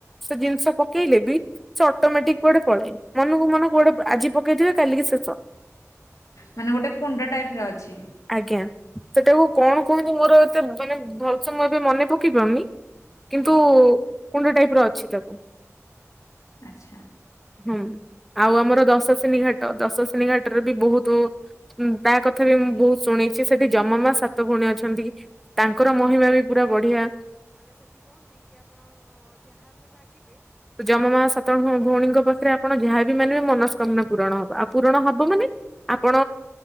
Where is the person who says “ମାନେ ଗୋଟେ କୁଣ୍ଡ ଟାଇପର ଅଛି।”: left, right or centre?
Left